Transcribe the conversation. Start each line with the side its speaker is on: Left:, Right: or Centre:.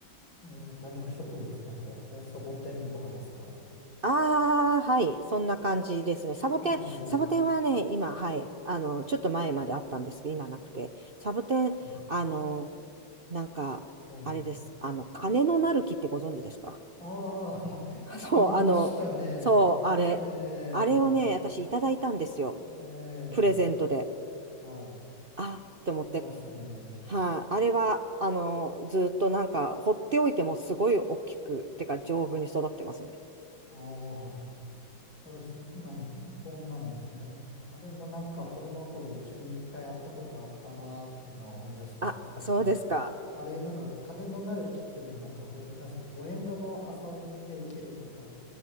Left: えー多肉植物だと、えーサボテンとかですか。
Right: ああ、はい。そんな感じですね。サボテン、
Left: そんな感じです。
Right: サボテンはね、今、はい。あの、ちょっと前まであったんですけど、今なくて。サボテン、
Left: うん
Right: あの、なんか、
Left: はい。
Right: あれです。あの、金のなる木ってご存知ですか
Left: ああ、<laughs>
Right: <laughs> そう、
Left: ありましたね。
Right: あの、そう、あれ。
Left: え
Right: あれをね、私いただいたんですよ。
Left: ー、え
Right: プレゼントで。
Left: ー、はい。
Right: あ、と思って。
Left: ありましたね。
Right: はい。あれは、あの、ずっとなんか、放っておいてもすごい大きく、てか丈夫に育ってますね。
Left: ああ、あれ、そなん、そんなんですね。あれもなんか子供の頃、うちに一回やったことあったなというのは思い出しましたけど。
Right: あ、そうですか。
Left: あれ、なんか金のなる木っていうのは、なんかあれ、なんですか、五円玉を挟んでいけるとか、